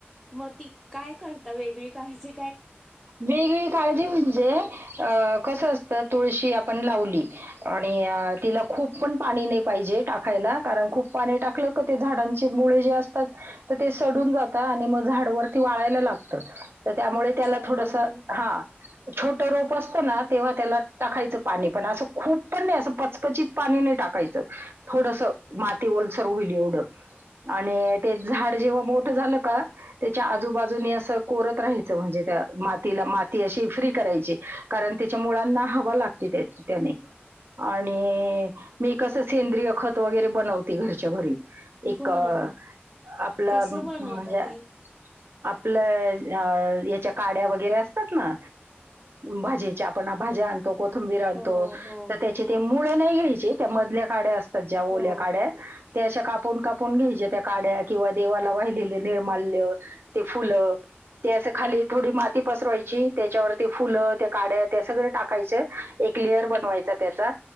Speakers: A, in the centre; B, on the right.
A: मग ती काय करता वेगळी का. पाहिजे.
B: वेगवेगळी काळजी म्हणजे अ कसं असत तुळशी आपण लावली. आणि तिला खूप पण पाणी नाही पाहिजे टाकायला कारण खूप पाणी टाकलं क ते झाडांचे मुळे जे असतात तर ते सडून जातात आणि मग झाडवरती वाळायला लागत. तर त्यामुळे.
A: अच्छा
B: त्याला थोडस
A: म्हणून
B: हा. छोट रोप असतं ना तेव्हा त्याला टाकायचं पाणी पण असं खूप पण नाही असं पचपचत पाणी नाही टाकायचं थोडस माती ओलसर होईल एवढं आणि ते झाड जेव्हा मोठ झालं का त्याच्या आजूबाजूननी असं कोरत राहायचं म्हणजे. मातीला माती अ फ्री करायची कारण त्याच्या मुळाना हवा लागते त्याने, आणि मी कस सेंद्रिय खत वगैरे बनवते घर. घरच्या घरी एक
A: बरं
B: आपलं
A: कसं बनवता
B: म्हणजे
A: ते?
B: आपलं. अ हेच्या. काड्या वगैरे असतात ना भाजीच्या आपण भाज्या आणतो. कोथुंबीर आणतो
A: हो, हो,
B: तर त्याची
A: हो,
B: ते मुळे नाही घ्यायची. ची त्या मधल्या काड्या. ज्या ओल्या
A: हो.
B: काड्या. ते अशा कापून कापून घ्यायच्या त्या काड्या किंवा देवाला वाहिलेले निर्माल्य ते फुलं ते असं खाली. थोडी माती पसरवायची त्याच्यावर ते फुलं ते काड्या त्या सगळं टाकायच एक लेयर बनवायच त्याचा